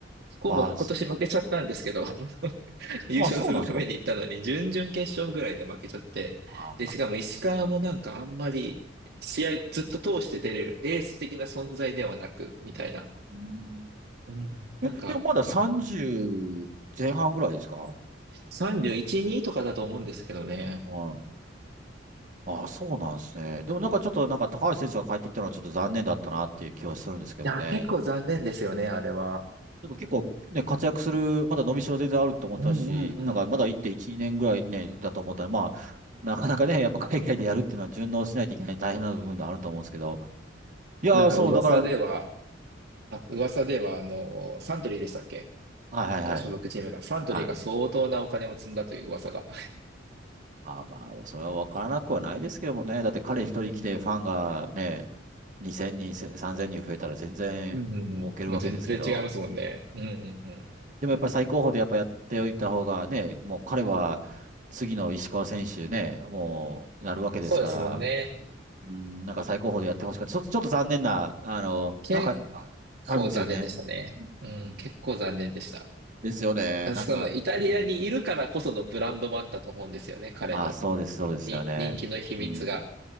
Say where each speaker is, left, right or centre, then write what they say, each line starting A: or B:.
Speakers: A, on the right (about 60°); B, on the right (about 45°).
A: ここも今年負けちゃったんですけど、
B: あー、そ
A: <laughs> 優勝するために行ったのに、
B: あ、そうなんですか。
A: 準々決勝ぐらいで負けちゃって、
B: あー、
A: で、しかも石川もなんかあんまり、試合ずっと通して出れるエース的な存在ではなく、みたいな。
B: うん
A: うん。
B: え、
A: なんか、
B: でもまだ30前半ぐらいですか
A: まあ、31、2とかだと思うんですけどね。
B: はい。ああ、そうなんですね。でもなんかちょっとなんか高橋選手が帰ってきたのはちょっと残念だったなっていう気はするんですけどもね。
A: いや、結構残念ですよね、
B: な
A: あれは。
B: んか結構ね、活躍する、まだ伸びしろ全然あると思ったし、
A: うんうんうん。
B: なんかまだ1.1、年ぐらいね、だと思ったら、まあ、なかなかね、やっぱ海外でやるっていうのは順応しないといけない大変な部分があると思うんですけど。いやー、
A: なんか噂では、
B: そう、だから、うん
A: あ、噂では、あの、サントリーでしたっけ
B: はいはいはい。
A: 今所属チームが。サントリーが相当なお金を積んだという噂が。
B: はいあ、まあ、それは分からなくはないですけどもね。だって彼一人来てファンがね、
A: うんうんうん。
B: 2000人、せ3000人増えたら全然儲けるわけですけど。
A: うん、もう全然違いますもんね。うん、うん、うん。
B: でもやっぱり最高峰でやっぱやっておいた方がね、もう彼は次の石川選手ね、もうなるわけですから、
A: そうですもんね。
B: うん、なんか最高峰でやってほしかった。ちょっと、ちょっと残念な、あの、
A: 結
B: なんかあ、あるんですよね。
A: 構残念でしたね。うん、
B: うん、
A: 結構残念でした。
B: ですよね。
A: あその、
B: なんか、
A: イタリアにいるからこそのブランドもあったと思うんですよね、
B: うん、
A: 彼の。
B: まあそうです、そうですよね。
A: に、人気の秘密が。
B: うん